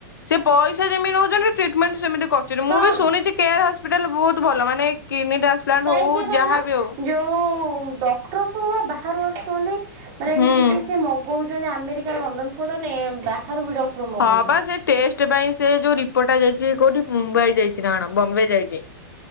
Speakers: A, on the left; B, on the right.
A: ସେ ପଇସା ଯେମିତି ନଉଛନ୍ତି, ଟ୍ରିଟମେଣ୍ଟ ସେମିତି କରୁଛନ୍ତି ମୁଁ
B: ହଁ
A: ବି ଶୁଣିଛି
B: ହଁ।
A: କେ ହସ୍ପିଟାଲ ବହୁତ ଭଲ ମାନେ ଟ୍ରାନ୍ସପ୍ଲାଣ୍ଟ
B: କାଇହିଁ
A: ହଉ
B: କିଏ କହିଲ
A: ଯାହାବି ହଉ
B: ଯୋଉ ଡକ୍ଟର ସବୁ ବା ବାହାରୁ ଆସୁଛନ୍ତି, ମାନେ
A: ହୁଁ।
B: ଏମିତି ସେକ ସେ ମଗଉଛନ୍ତି, ଆମେରିକା ଲଣ୍ଡନ ଫଣ୍ଡନ ବାହାରୁ ବି ଡକ୍ଟର ମଗଉଛନ୍ତି
A: ହଁ ବା ଟେଷ୍ଟ ସେ ପାଇଁ ସେ ଯୋଉ ରିପୋର୍ଟା ଯାଇଛି, କୋଉଠି ମୁମ୍ବାଇ ଯାଇଛି ନା ବମ୍ବେ ଯାଇଛି